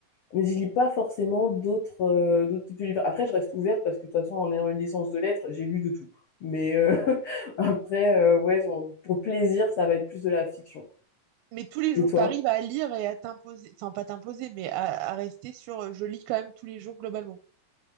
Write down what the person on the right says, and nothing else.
Mais tous les jours,
t'arrives à lire et à t'imposer, enfin, pas t'imposer, mais à, à rester sur euh, je lis quand même tous les jours globalement.